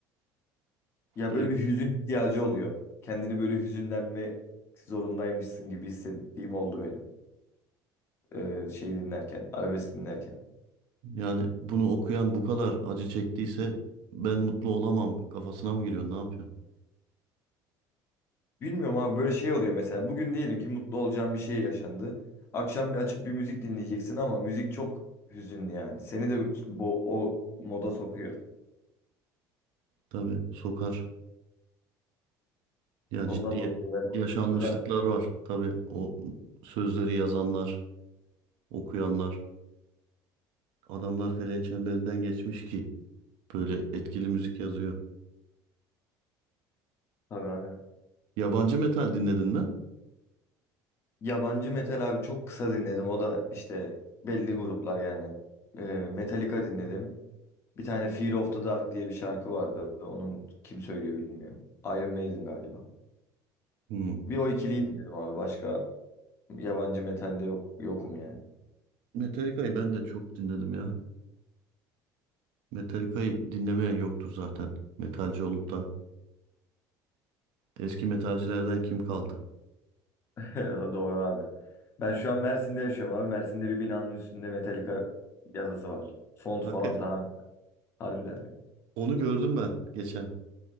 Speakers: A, on the left; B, on the right.
A: Ya
B: Böyle
A: böyle bir hüzün ihtiyacı oluyor. Kendini böyle hüzünlenme zorundaymışsın gibi hissettiğim oldu benim. Ee, şey dinlerken, arabesk dinlerken.
B: yani bunu okuyan bu kadar acı çektiyse ben mutlu olamam kafasına mı giriyorsun? Ne yapıyorsun?
A: Bilmiyorum abi böyle şey oluyor mesela bugün diyelim ki mutlu olacağın bir şey yaşandı. Akşam bir açıp bir müzik dinleyeceksin ama müzik çok hüzünlü yani. Seni de bu o moda sokuyor.
B: Tabii sokar. Ya
A: Ondan
B: ciddi
A: dolayı ben
B: yaşanmışlıklar
A: rock
B: var. Tabii o sözleri yazanlar, okuyanlar, adamlar feleğin çemberinden geçmiş ki böyle etkili müzik yazıyor.
A: tabii abi.
B: Yabancı metal dinledin mi?
A: Yabancı metal abi çok kısa dinledim. O da işte belli gruplar yani. Ee, Metallica dinledim. Bir tane Fear of the Dark diye bir şarkı vardı. Onun kim söylüyor bilmiyorum. Iron Maiden galiba.
B: Hmm.
A: Bir o ikiliyi dinledim abi. Başka yabancı metalde yok yokum yani.
B: Metallica'yı ben de çok dinledim ya. Metallica'yı dinlemeyen yoktur zaten. Metalci olup da. Eski metalcilerden kim kaldı?
A: <laughs> O Doğru abi. Ben şu an Mersin'de yaşıyorum abi. Mersin'de bir binanın üstünde Metallica yazısı var. Font
B: Hakikaten.
A: falan tamam. Harbiden diyor.
B: Onu gördüm ben geçen.